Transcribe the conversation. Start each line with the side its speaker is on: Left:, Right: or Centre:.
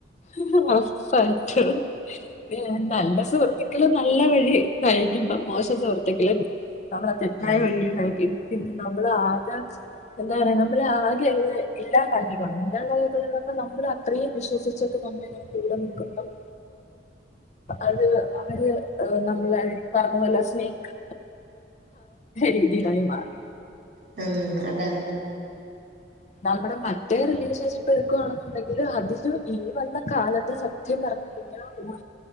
Left: ഇന്ന് ഒറപ്പയിട്ടുംനീ നല്ല സുഹൃത്തി നല്ല വഴി കഴക്കുമ്പ മോശം സുഹൃത്തുകളെ- അവടെ തെറ്റായ
Right: ഉം
Left: വഴിണ്ടായിരിക്കും പിന്നെ നമ്മൾ ആകെ എന്താ പറയാ നമ്മള് ആകെ എല്ലാം ഇല്ലാകൾന്ന് പറഞ്ഞ നമ്മൾ അത്രയും വിശ്വസിച്ചൊക്കെ നമ്മളിങ്ങനെ കൂടെ നിക്കു മ്പക്കണ്ട അത് ആര് നമ്മൾ പറഞ്ഞ പോലെ സ്നേക്ക് രീതിയിലായി മാറും
Right: മ്മ് അതെ
Left: എന്നാ നമ്മടെ മറ്റേ റിലീഷൻഷി ഇപ്പൊ എടുക്കുവാണെന്നുണ്ടെങ്കില് അതില് ഈ വന്ന കാലത്ത് സത്യം പറഞ്ഞ് കഴിഞ്ഞാ ഒരു